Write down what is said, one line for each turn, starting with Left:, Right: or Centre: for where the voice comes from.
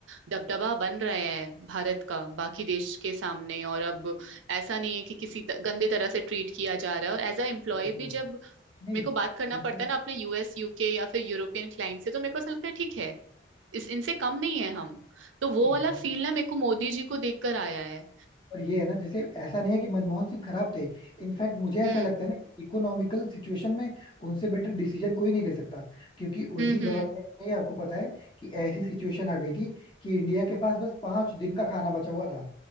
Right: दबदबा बन रहा है भारत का बाकी देश के सामने और अब ऐसा नहीं है कि किसी त, गंदे तरह से ट्रीट किया जा रहा है और एज अ एम्प्लॉय
Left: Exactly
Right: भी
Left: exactly.
Right: जब
Left: नहीं
Right: मेरे को बात करना
Left: वैसे
Right: पड़ता है ना अपने यूएस यूके या फिर यूरोपियन क्लाइंट से तो मेरे को ऐसा लगता है ठीक है इस इनसे कम नहीं है हम तो वो
Left: एग्जैक्टली
Right: वाला फील ना मेरे को मोदी जी को देखकर आया है
Left: और ये है ना जैसे ऐसा नहीं है कि मनमोहन सिंह खराब थे इनफैक्ट मुझे ऐसा
Right: हम्म
Left: लगता है ना कि इकोनॉमिकल सिचुएशन में उनसे बेटर डिसीजन कोई नहीं ले सकता क्योंकि उनकी
Right: हम्म
Left: गवर्नमेंट
Right: हम्म
Left: में आपको पता है कि ऐसी सिचुएशन आ गई थी कि इंडिया के पास बस पांच दिन का खाना बचा हुआ था